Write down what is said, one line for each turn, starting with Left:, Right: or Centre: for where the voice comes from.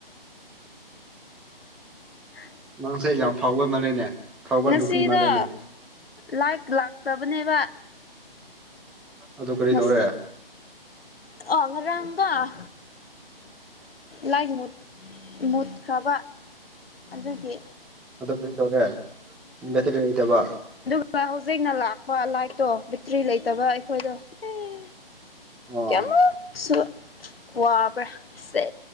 Left: ꯍ
Centre: ꯅꯪꯁꯦ ꯌꯥꯝ ꯐꯥꯎꯕ ꯃꯥꯜꯂꯦꯅꯦ ꯐꯥꯎꯕ
Left: ꯉꯁꯤꯗꯣ
Centre: ꯅꯨꯄꯤ ꯃꯥꯜꯂꯦꯅꯦ
Left: ꯂꯥꯏꯛ ꯂꯥꯛꯇꯕꯅꯦꯕ
Centre: ꯑꯗꯨ ꯀꯔꯤ
Left: ꯉꯁ
Centre: ꯇꯧꯔꯦ
Left: ꯑꯣ ꯉꯔꯥꯡꯀꫭ ꯂꯥꯏꯛ ꯃꯨꯠ ꯃꯨꯠꯈ꯭ꯔꯕ ꯑꯗꯨꯒꯤ
Centre: <unintelligible>
Left: ꯍꯣꯏ ꯍꯧꯖꯤꯛꯅ ꯂꯥꯛꯄ ꯂꯥꯏꯠꯇꯣ ꯕꯦꯠꯇ꯭ꯔꯤ ꯂꯩꯇꯕ ꯑꯩꯈꯣꯏꯗꯣ ꯑꯦ
Centre: ꯑꯣ
Left: ꯀꯌꯥꯝꯃꯨꯛ ꯁꯨ ꯋꯥꯕ꯭ꯔꯥ ꯁꯦ